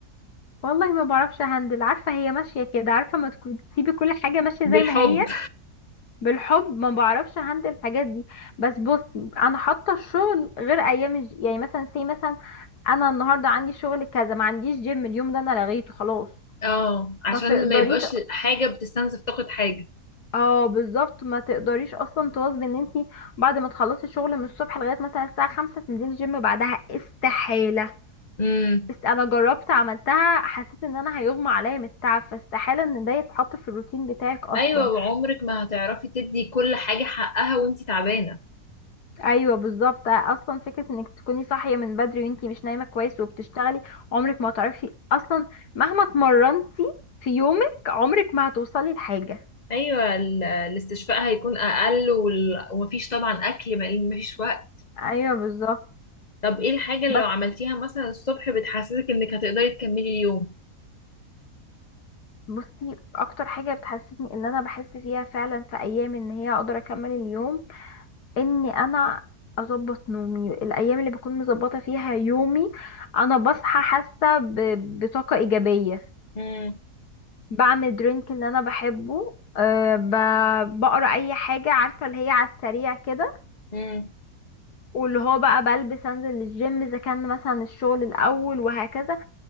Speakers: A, on the left; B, on the left.
A: والله ما بعرفش هندل عارفة هي ماشية كده عارفة ما تكون تسيبي كل حاجة ماشية
B: بالحب
A: زي ما هي بالحب ما بعرفش هندل الحاجات دي بس بصي انا حاطة الشغل غير ايام الج... يعني مثلا سي مثلا انا النهاردة عندي شغل كذا ما عنديش جيم اليوم ده انا لغيته خلاص
B: اه عشان
A: ما تقدريش
B: ما يبقاش حاجة بتستنزف طاقة حاجة
A: اه بالظبط ما تقدريش اصلا تواظبي ان انتي بعد ما تخلصي الشغل من الصبح لغاية مثلا الساعة خمسة تنزلي جيم بعدها استحالة
B: امم
A: است- انا جربت عملتها حسيت ان انا هيغمى عليا من التعب فاستحالة ان ده يتحط في الروتين بتاعك اصلا
B: ايوه وعمرك ما هتعرفي تدي كل حاجة حقها وانتي تعبانة
A: ايوه بالظبط اصلا فكرة انك تكوني صاحية من بدري وانتي مش نايمة كويس وبتشتغلي عمرك ما هتعرفي اصلا مهما اتمرنتي في يومك عمرك ما هتوصلي لحاجة
B: ايوه ال- الاستشفاء هيكون اقل وال- ومفيش طبعا اكل ما- مفيش وقت
A: ايوه بالظبط
B: طب ايه الحاجه اللي
A: بس
B: لو عملتيها مثلا الصبح بتحسسك انك هتقدري تكملي اليوم
A: بصي اكتر حاجة بتحسسني ان انا بحس فيها فعلا في ايام ان هي اقدر اكمل اليوم اني انا اظبط نومي الايام اللي بكون مظبطه فيها يومي انا بصحى حاسه ب- بطاقه ايجابيه
B: امم
A: بعمل درينك اللي انا بحبه أه ب- بقرا اي حاجه عارفه اللي هي على السريع كده
B: امم
A: واللي هو بقى بلبس انزل الجيم اذا كان مثلا الشغل الاول وهكذا